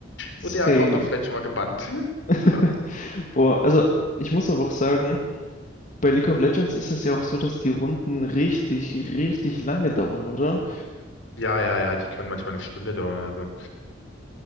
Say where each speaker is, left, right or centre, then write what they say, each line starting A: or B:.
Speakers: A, on the left; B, on the left.
A: Safe.
B: Wurde der Account doch vielleicht schon mal gebannt. <laughs>
A: <laughs>
B: So.
A: Boah, also ich muss aber auch sagen, bei League of Legends ist es ja auch so, dass die Runden richtig, richtig lange dauern, oder?
B: Ja, ja, ja, die können manchmal eine Stunde dauern oder so.